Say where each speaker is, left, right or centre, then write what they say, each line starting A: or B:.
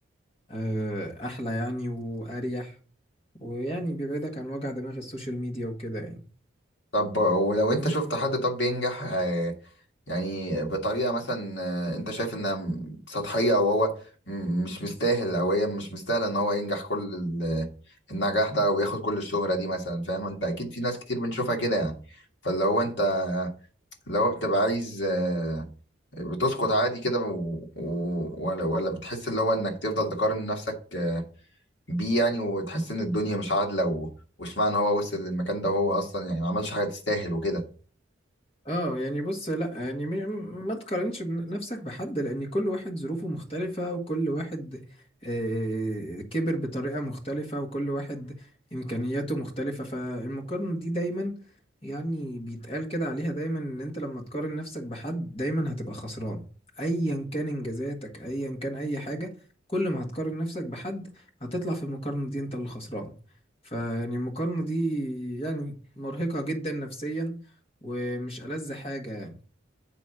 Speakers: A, on the left (about 30°); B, on the left (about 60°).
A: آه، احلى يعني واريح ويعني بيبعدك عن وجع دماغ السوشيال ميديا وكده يعني
B: طب ولو انت شفت حد طب بينجح آه، يعني بطريقة مثلا آه، انت شايف انها م- سطحية او هو م- مش مستاهل او هي مش مستاهلة ان هو ينجح كل ال- النجاح ده وياخد كل الشهرة دي مثلا فاهم انت اكيد في ناس كتير بنشوفها كده يعني فاللي هو انت اللي هو بتبقى عايز آه، بتسقط عادي كده و... و... ولا ولا بتحس اللي هو انك تفضل تقارن نفسك آه، بيه يعني وتحس ان الدنيا مش عادلة و... واشمعنى هو وصل للمكان ده وهو اصلا يعني ما عملش حاجة تستاهل وكده
A: اه يعني بص لا يعني م- ما تقارنش بن- نفسك بحد لان كل واحد ظروفه مختلفة وكل واحد آه، كبر بطريقة مختلفة وكل واحد امكانياته مختلفة فالمقارنة دي دايما يعني بيتقال كده عليها دايما ان انت لما تقارن نفسك بحد دايما هتبقى خسران ايا كان انجازاتك ايا كان اي حاجة كل ما هتقارن نفسك بحد هتطلع في المقارنة دي انت اللي خسران فيعني المقارنة دي يعني مرهقة جدا نفسيا ومش ألذ حاجة يعني